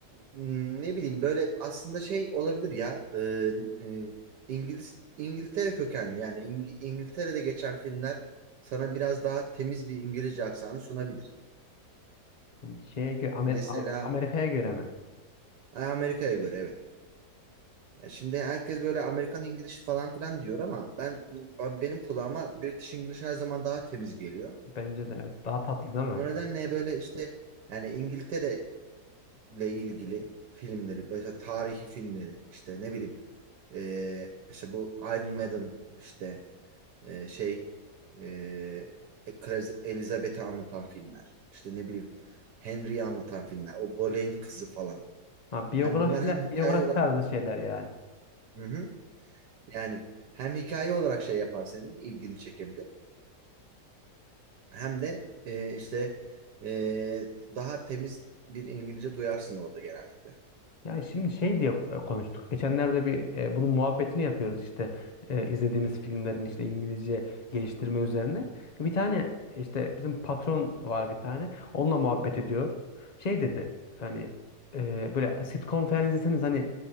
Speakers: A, on the right; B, on the left.
A: m, ne bileyim böyle aslında şey olabilir ya e, e, İngiliz İngiltere kökenli yani İng- İngiltere'de geçen filmler sana biraz daha temiz bir İngilizce aksanı sunabilir.
B: Hani şeye gö- Amer-
A: Mesela
B: A- Amerika'ya göre mi?
A: e, Amerika'ya göre evet. Ya şimdi herkes böyle Amerikan İngiliz falan filan diyor ama ben benim kulağıma British İngiliz her zaman daha temiz geliyor.
B: Bence de evet. Daha tatlı değil mi?
A: O nedenle böyle işte yani İngiltere ilgili filmleri, mesela tarihi filmleri, işte ne bileyim, e, işte bu Iron Maiden, işte e, şey, e, Kraliz- Elizabeth'i anlatan filmler, işte ne bileyim, Henry'i anlatan filmler, o Boleyn kızı falan.
B: Ha, biyografiler,
A: Hem bunlar hem hikaye
B: biyografi
A: olarak,
B: tarzı şeyler yani.
A: hı hı, yani hem hikaye olarak şey yapar senin ilgini çekebilir, hem de e, işte e, daha temiz bir İngilizce duyarsın orada genellikle.
B: Yani şimdi şey diye e, konuştuk. Geçenlerde bir e, bunun muhabbetini yapıyoruz işte e, izlediğimiz filmlerin işte İngilizce geliştirme üzerine. Bir tane işte bizim patron var bir tane. Onunla muhabbet ediyoruz. Şey dedi hani e, böyle sitcom falan izleseniz hani